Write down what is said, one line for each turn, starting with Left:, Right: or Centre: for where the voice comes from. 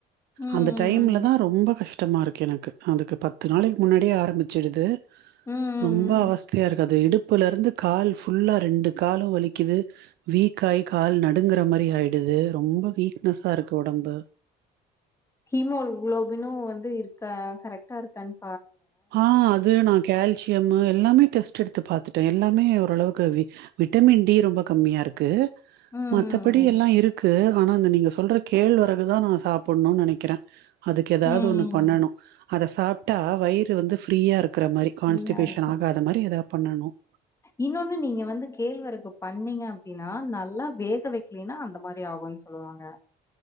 Left: ம்,
Right: அந்த
Left: ம்,
Right: டைம்ல தான் ரொம்ப கஷ்டமா இருக்கு எனக்கு அதுக்கு பத்து நாளைக்கு முன்னாடியே ஆரம்பிச்சிடுது
Left: ம், ம்,
Right: ரொம்ப
Left: ம்.
Right: அவஸ்தையா இருக்கு அது இடுப் இடுப்புல இருந்து கால் ஃபுல்லா ரெண்டு காலும் வலிக்குது வீக்காய் கால் நடுங்கற மாரி ஆயிடுது ரொம்ப வீக்னஸா இருக்கு உடம்பு
Left: ஹீமோ குளோபினும் வந்து இருக்க கரெக்ட்டா இருக்கான
Right: ஆ அது நான் கால்சியம் எல்லாமே டெஸ்ட் எடுத்து பார்த்துட்டேன் எல்லாமே ஓரளவுக்கு விட்டமின் டி ரொம்ப கம்மியா இருக்கு
Left: ம்
Right: மத்தபடி
Left: ம்
Right: எல்லா இருக்கு ஆனா இந்த நீங்க சொல்ற கேழ்வரகுதான் நான் சாப்டணும்னு நினைக்கிறேன் அதுக்கு ஏதாவது
Left: ம்
Right: ஒண்ணு பண்ணணும்
Left: ம்
Right: அதை சாப்ட்டா வயிர் வந்து ஃப்ரீயா இருக்கு இருக்கற மாரி கான்ஸ்டிபேஷன்
Left: சரியா இருக்கு.
Right: ஆகாத மாரி ஏதாவது பண்ணணும்
Left: இன்னொன்னு நீங்க வந்து கேள்வறகு பண்ணீங்க அப்படின்னா நல்லா வேக வக்கலனா அந்த மாரி ஆகும்ன்னு சொல்லுவாங்க